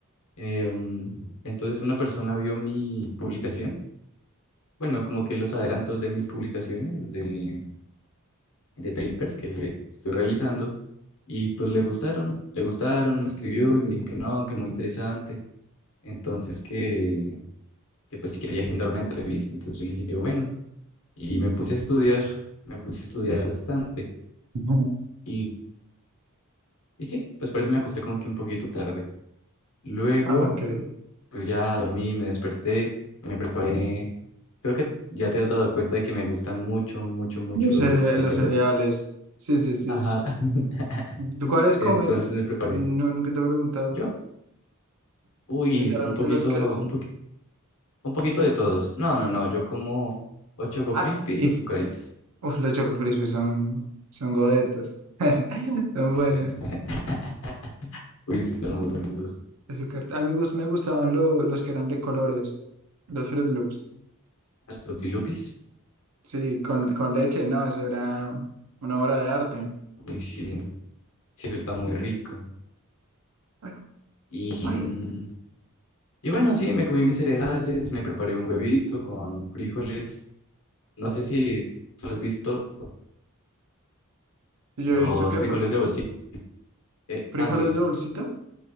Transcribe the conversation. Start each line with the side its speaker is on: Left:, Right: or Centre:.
Left: Em, entonces una persona vio mi publicación, bueno, como que los adelantos de mis publicaciones de, de papers que estoy realizando, y pues le gustaron, le gustaron, me escribió y me dijo que no, que muy interesante, entonces que, que pues sí quería agendar una entrevista, entonces yo le dije que bueno, y me puse a estudiar, me puse a estudiar bastante.
Right: ujú.
Left: Y, Y sí, pues por eso me acosté como que un poquito tarde. Luego,
Right: Ah, ok.
Left: pues ya dormí, me desperté, me preparé. Creo que ya te has dado cuenta de que me gustan mucho, mucho, mucho
Right: Los,
Left: los,
Right: cere-
Left: los
Right: los
Left: Kellogg's.
Right: cereales. Sí, sí, sí.
Left: Ajá. <laughs>
Right: ¿Tú cuáles
Left: Entonces
Right: comes?
Left: me preparé.
Right: No, nunca te he preguntado.
Left: Yo, uy,
Right: Literalmente
Left: un poquito,
Right: los que... el-
Left: un poqui- un poquito de todos. No, no, no, yo como o Choco
Right: Ah,
Left: Crispies
Right: y...
Left: o Zucaritas.
Right: Uf, los Choco Crispy son, son godetas. <laughs> Son
Left: Sí,
Right: buenos.
Left: <laughs> Uy, sí, están muy buenos los,
Right: Azúcar. A mí gus- me gustaban lo- los que eran de colores. Los Fruit Loops.
Left: los Frutilupis.
Right: Sí, con, con leche. No, eso era una obra de arte.
Left: Uy, sí, sí, eso está muy rico.
Right: Ay,
Left: Y...
Right: ay.
Left: mm, Y bueno, sí, me comí mis cereales, me preparé un huevito con frijoles. No sé si tú has visto
Right: Yo
Left: los
Right: he visto que...
Left: frijoles
Right: por-
Left: de bolsita. Eh,
Right: ¿Frijoles
Left: ah, sí,
Right: de bolsita?